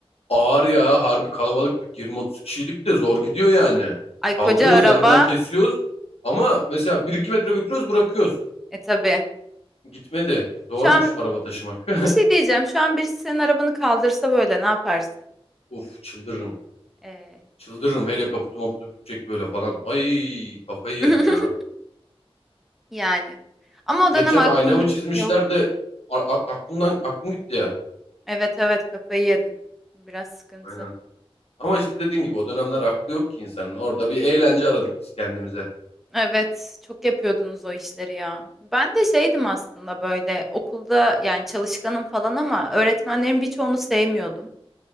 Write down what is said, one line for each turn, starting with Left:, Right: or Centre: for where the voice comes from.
Left: Ağır ya harbi kalabalıktık 20-30 kişiydik de zor gidiyor yani.
Centre: Ay koca
Left: Kaldırıyoruz
Centre: araba.
Left: yerden kesiyoruz ama mesela bir iki metre götürüyoruz bırakıyoruz.
Centre: E tabii.
Left: Gitmedi. Zormuş
Centre: Şu an
Left: araba taşımak.
Centre: bir şey diyeceğim. Şu an birisi senin arabanı kaldırsa böyle ne yaparsın?
Left: <laughs> Of çıldırırım.
Centre: Ee,
Left: Çıldırırım hele kaputu maputu bükecek böyle falan. Ay kafayı
Centre: <laughs>
Left: yerim ya.
Centre: yani. Ama o
Left: Geçen
Centre: dönem aklın
Left: aynamı çizmişler
Centre: yoktu.
Left: de a- a- aklımdan aklım gitti ya.
Centre: Evet evet kafayı yedin. Biraz sıkıntı.
Left: Aynen. Ama işte dediğin gibi o dönemler aklı yok ki insanın. Orada bir eğlence aradık biz kendimize.
Centre: Evet, çok yapıyordunuz o işleri ya. Ben de şeydim aslında böyle okulda yani çalışkanım falan ama öğretmenlerin birçoğunu sevmiyordum.